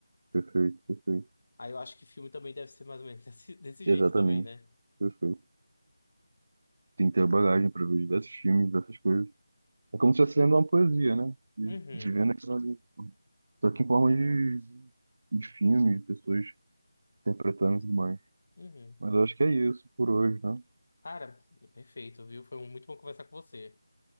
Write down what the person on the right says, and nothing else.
perfeito, perfeito.
Exatamente,
perfeito. Tem que ter bagagem para ver diversos filmes, diversas coisas. É como se estivesse lendo uma poesia, né? De,
de vendo aquilo ali. Só que em forma de, de filme, de pessoas interpretando e tudo mais.
Mas eu acho que é isso por hoje, né?